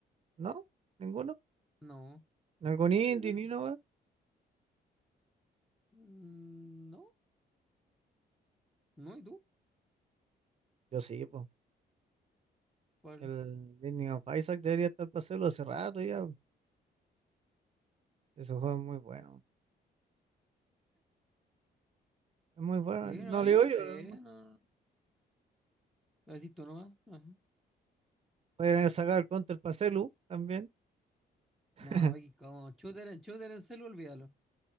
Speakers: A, on the right; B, in the centre.
A: ¿No? ¿Ninguno?
B: No.
A: ¿Algún
B: No,
A: indie
B: ninguno.
A: ni nada?
B: Mm, No. No, ¿y tú?
A: Yo sí, pues.
B: ¿Cuál?
A: El Binding of Isaac debería estar para hacerlo hace rato ya. Ese juego es muy bueno. Es muy bueno.
B: Sí,
A: No
B: no,
A: le
B: yo
A: digo
B: no
A: yo.
B: sé.
A: lo- mucho.
B: No. Lo decís tú nomás. Ajá.
A: Podrían haber sacado el Counter para celu también. <laughs>
B: No, Becky, ¿cómo? Shooter, en- shooter en celu, olvídalo.